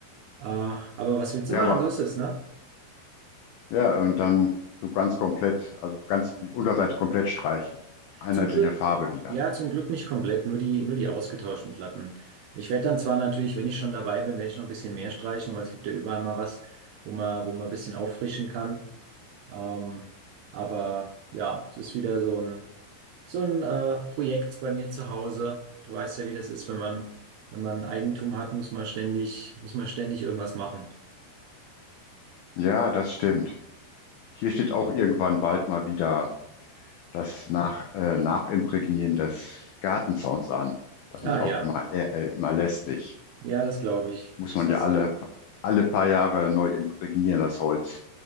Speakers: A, on the right; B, on the left.
A: Äh, aber was willst
B: Ja,
A: du machen?
B: aber
A: So ist es, ne?
B: ja, und dann so ganz komplett, also ganz die Unterseite komplett streichen. Einheitliche
A: Zum Glück,
B: Farbe wieder.
A: ja, zum Glück nicht komplett, nur die, nur die ausgetauschten Platten. Ich werde dann zwar natürlich, wenn ich schon dabei bin, werde ich noch ein bisschen mehr streichen, weil es gibt ja überall mal was, wo man, wo man ein bisschen auffrischen kann. Ähm, aber ja, es ist wieder so ein, so ein äh, Projekt bei mir zu Hause. Du weißt ja, wie das ist, wenn man, wenn man Eigentum hat, muss man ständig, muss man ständig irgendwas machen.
B: Ja, das stimmt. Hier steht auch irgendwann bald mal wieder das Nach, äh, Nachimprägnieren des Gartenzauns an. Das
A: Ah
B: ist auch
A: ja,
B: immer, äh, äh, immer lästig.
A: ja, das glaube ich.
B: Muss
A: Ist
B: man
A: Das
B: ja alle,
A: so.
B: alle paar Jahre neu imprägnieren, das Holz.